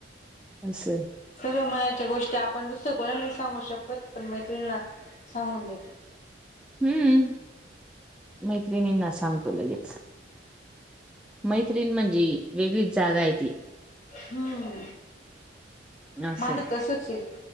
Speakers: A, in the centre; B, on the left.
A: असं आहे.
B: सर्व मनाच्या गोष्टी आपण दुसऱ्या कोणाला सांगू शकत पण मैत्रिणीना सांगून देतो.
A: हम्म, मैत्रिणींना सांगतो लगेच. मैत्रीण म्हणजे वेगळीच जागा आहे ती.
B: हम्म.
A: असं
B: माझ
A: आहे
B: तसच हे